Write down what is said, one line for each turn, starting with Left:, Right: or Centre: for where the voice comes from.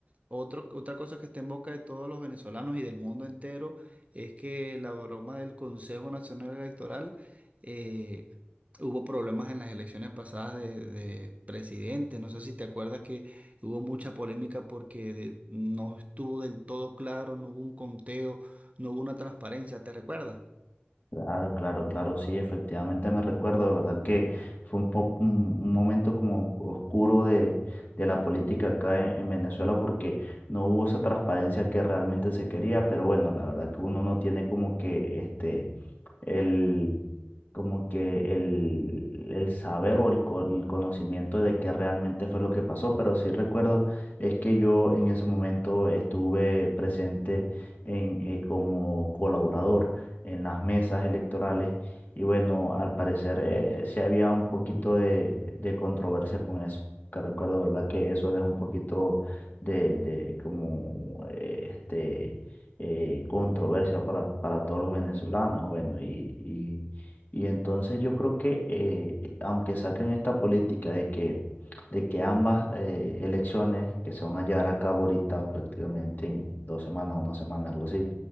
Right: otro, otra cosa que está en boca de todos los venezolanos y del mundo entero es que la broma del Consejo Nacional Electoral eh, hubo problemas en las elecciones pasadas de, de presidente. No sé si te acuerdas que hubo mucha polémica porque de- no estuvo del todo claro, no hubo un conteo, no hubo una transparencia. ¿Te recuerdas?
Left: Claro, claro, claro, sí, efectivamente me recuerdo, de verdad que fue un, po- un- un momento como oscuro de, de la política acá en, en Venezuela porque no hubo esa transparencia que realmente se quería, pero bueno, la verdad que uno no tiene como que este, el, como que el, el saber o el, co- el conocimiento de qué realmente fue lo que pasó, pero sí recuerdo es que yo en ese momento estuve presente en, eh, como colaborador en las mesas electorales. Y bueno, al parecer eh, sí había un poquito de, de controversia con eso. Que recuerdo, ¿verdad? Que eso deja un poquito de, de como eh, este, eh, controversia para, para todos los venezolanos. Bueno, y, y, y entonces yo creo que eh, aunque saquen esta política de que, de que ambas eh, elecciones que se van a llevar a cabo ahorita prácticamente en dos semanas, una semana, algo así,